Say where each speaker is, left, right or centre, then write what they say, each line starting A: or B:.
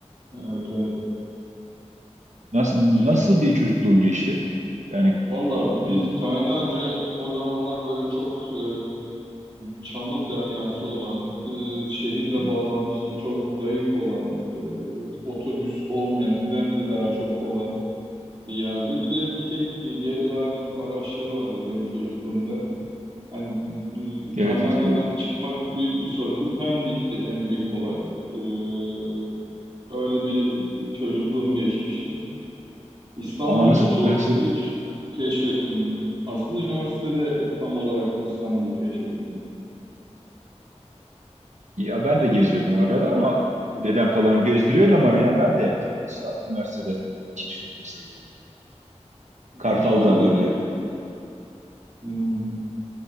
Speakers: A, on the right; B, on the right.
A: Evet evet.
B: Nasıl nasıl
A: Bizim,
B: bir çocukluğun geçti? Yani
A: valla biz
B: e,
A: Kaynarca o zamanlar böyle çok eee, çamur deryası olan, eee, şehirle
B: e,
A: bağlantısı çok zayıf olan, eee, otobüs olmayan, trenle daha çok olan bir yerde. Bir de bir tek e, Gebze-Arem araçları vardı benim çocukluğumda. Hani e, Kaynarca'dan
B: evet hatırlıyorum.
A: çıkmak büyük bir sorundu. Pendik'ti en büyük olay. Ee, öyle bir çocukluğum geçmişti. İstanbul'u
B: Ama nasıl
A: çok
B: nasıl
A: geç keşfettim. Aslında üniversitede tam olarak İstanbul'u keşfettim.
B: ya ben de
A: Ben
B: geziyordum
A: de
B: arada ama dedem falan gezdiriyordu ama ya ben de tabii İstanbul, üniversitede keşfettim sayılır yani. Kartal'da
A: üniversitede
B: böyle.
A: hmm,